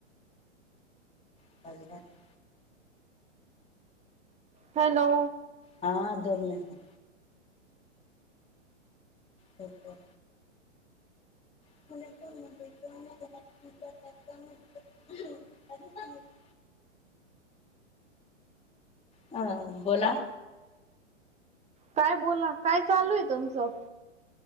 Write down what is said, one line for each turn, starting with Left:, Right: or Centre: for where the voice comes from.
Left: <unintelligible>
Right: हॅलो.
Left: हा. दोन मिनिट. ठीक आहे. <unintelligible> <inaudible> अ. बोला.
Right: काय बोला? काय चालूए तुमचं?